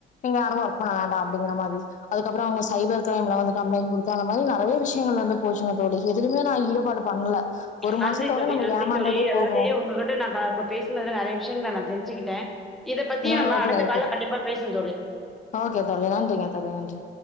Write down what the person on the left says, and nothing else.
நீங்க யாரு ஒர்க் பண்ண வேண்டா அப்டிங்குற மாரி அதுக்கப்பறோ சைபர் அவங்க கிரைம்ல வந்து கம்ப்ளைண்ட் குடுத்து அந்த மாரி நெறைய விஷயங்கள் வந்து போச்சுங்க தோழி எதுலயுமே நா ஈடுபாடு பண்ணல ஒரு
மாசத்தோட
நம்ம
ஏமாந்ததே
போது
இன்னொரு
வாட்டி
ஓகே தோழி நன்றிங்க தோழி நன்றி